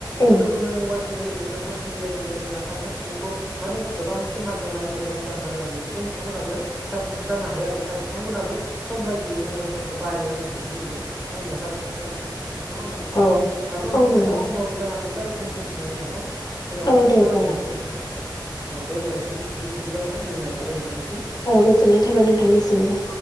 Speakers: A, on the left; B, on the right.
A: उम
B: नुनो मोनो मबाइल फननि गेजेरजों ससियेल मिडिया गेजेरजोङो खायफा सुबुंखौ माने गोबां फेमास जानाय एबा मुंदांखा जानाय बेफोरजों बिथांमोनाबो जाफुंसार जानो हायो आरो नाथाय बिथांमोनाबो सम बायदियै मबाइल फनखौ बाहायनो रोंनायखायसो दिनै बिथांमोना जाफुंसार जानो हादों नङा होमबानो नोंथां?
A: औ
B: दाथ' नोंथां
A: औ नंगौ
B: जोंहा समाबो जान फैबाय दोनथ'सै नामोन नोंथां? उनाव
A: औ
B: फिन
A: दे
B: सावरायफिनोसै
A: जागोन
B: नोंथां। औ दे होमब्लाय बिदि बिदिबा नोंथां गोजोननाय थाबाय नोंथांनिसिम।
A: औ गोजोननाय थाबाय नोंथांनिसिमबो।